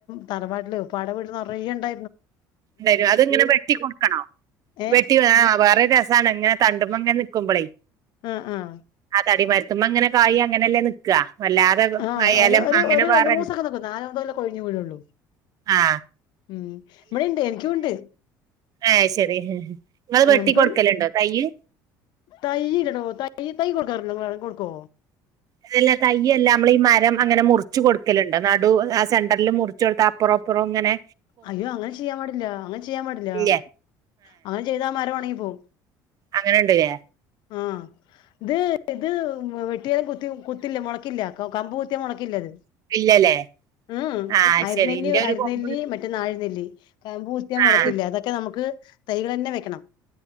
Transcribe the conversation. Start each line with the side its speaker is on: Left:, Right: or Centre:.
Left: തറവാട്ടില് ഉപ്പാട വീട്ടില് നിറയേണ്ടാ
Right: എന്തായാലും അതിങ്ങനെ വെട്ടി കൊടുക്കണോ
Left: ഏഹ്
Right: വെട്ടി ആ വേറെ രസാണ് ഇങ്ങനെ തണ്ടുമ്പങ്ങനെ നിക്കുമ്പളേ
Left: ആഹ് ആഹ്
Right: തടി മരത്തുമേ അങ്ങനെ കായ് അങ്ങനെയല്ലേ നിക്കുകാ വല്ലാതെ
Left: ആഹ്
Right: അയാലും
Left: ഒരു ഒരു
Right: അങ്ങനെ
Left: ഒരു രണ്ട്
Right: പറഞ്ഞ്
Left: മൂന്ന് ദിവസൊക്കെ നിക്കും നാലാമത്തോലെ കൊഴിഞ്ഞു വീഴുള്ളൂ
Right: ആ
Left: ഉം ഇവിടെ ഇണ്ട് എനിക്കും ണ്ട്
Right: ഏഹ് ശരി ങ്ങള് വെട്ടി
Left: ഞമ്മക്ക്
Right: കൊടുക്കലുണ്ടോ തയ്യ്?
Left: തൈ ഇടണോ തൈ തൈ കൊടുക്കാറ്ണ്ടോ ങ്ങളെ ആടൊക്കെ കൊടുക്കോ
Right: അതല്ല തയ്യെല്ലാം നമ്മൾ ഈ മരം അങ്ങനെ മുറിച്ചു കൊടുക്കലുണ്ടോ നടു സെന്ററിൽ മുറിച്ച് കൊട്‌ത്ത അപ്പുറം അപ്പറം അങ്ങനെ
Left: അയ്യോ അങ്ങനെ ചെയ്യാൻ പാടില്ല അങ്ങനെ ചെയ്യാൻ പാടില്ല
Right: ഇല്ലേ
Left: അങ്ങനെ ചെയ്താ മര ഒണങ്ങി പോവും
Right: അങ്ങനെ ണ്ട്ല്ലേ
Left: ആ ത് ത് വെട്ടിയാലും കുത്തി കുത്തില്ല മുളക്കില്ല കമ്പ് കുത്തിയാ മുളക്കില്ലത്
Right: ഇല്ലല്ലേ
Left: ഉം
Right: ആഹ്
Left: അരുന്നെല്ലി
Right: ശരി ഇന്റെ ഒരു
Left: അരനെല്ലി
Right: കൊമ്പ്
Left: മറ്റ താഴ്ന്നില്ലേ? കമ്പു കുത്തിയാ മുളക്കില്ല.
Right: ആഹ്
Left: അതൊക്കെ നമുക്ക് തൈകൾന്നെ വെക്കണം